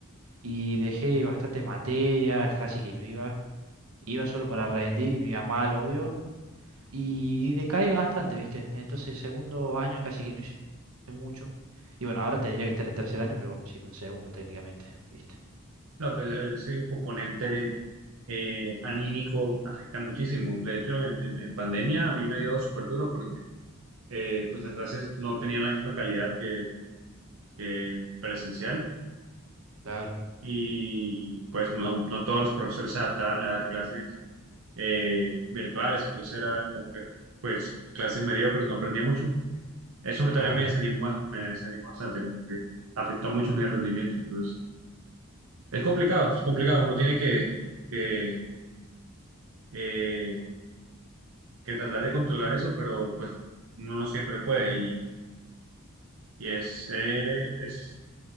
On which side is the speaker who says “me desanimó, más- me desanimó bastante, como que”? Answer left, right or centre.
Right